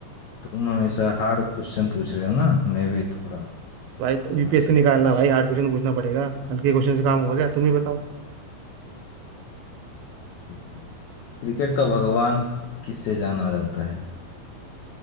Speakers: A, on the left (about 85°); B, on the right (about 80°).
A: तुम हमेशा हार्ड क्वेश्चन पूछ रहे हो ना मैं भी थोड़ा
B: भाई तो यूपीएससी
A: हार्ड टाइप
B: निकालना
A: का क्वेश्चन
B: भाई हार्ड क्वेश्चन पूछना पड़ेगा हल्के क्वेश्चन से काम होगा क्या तुम ही बताओ
A: ठीक है क्रिकेट का भगवान किससे जाना जाता है